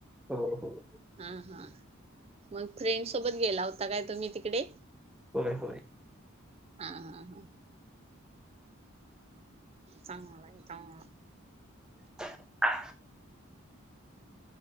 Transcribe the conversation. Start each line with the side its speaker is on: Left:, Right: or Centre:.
Centre: हो हो.
Right: हा. हा. मग फ्रेंड सोबत गेला होता काय तुम्ही तिकडे?
Centre: होय. होय.
Right: हा हा हा. चांगला आहे. चांगला.
Centre: <inaudible>